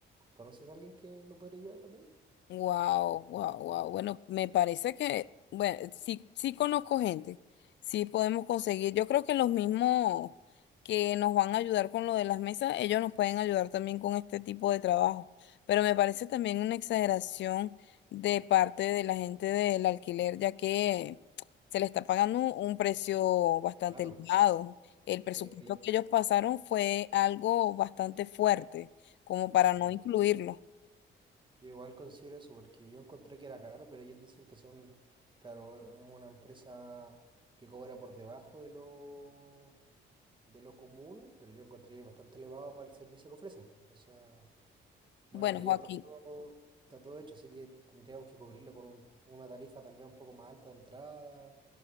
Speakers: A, on the right; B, on the left.
A: ¿Conoces a alguien que me podría ayudar también?
B: Wow, wow, wow. Bueno, me parece que, bueno, sí, sí conozco gente, sí podemos conseguir. Yo creo que los mismos que nos van a ayudar con lo de las mesas, ellos nos pueden ayudar también con este tipo de trabajo. Pero me parece también una exageración de parte de la gente del alquiler, ya que se le está pagando un un precio bastante
A: Claro.
B: elevado. El presupuesto
A: Eh, le-
B: que ellos pasaron fue algo bastante fuerte, como para
A: sí.
B: no incluirlo.
A: Yo igual considero eso porque yo encontré que era caro, pero ellos dicen que son, claro, es una empresa que cobra por debajo de lo, de lo común, pero yo encontré que es bastante elevado para el servicio que ofrecen. O sea, bueno,
B: Bueno,
A: pero
B: Joaquín.
A: ya está todo, está todo hecho, así que tendríamos que cubrirlo con un- una tarifa tal vez un poco más alta de entrada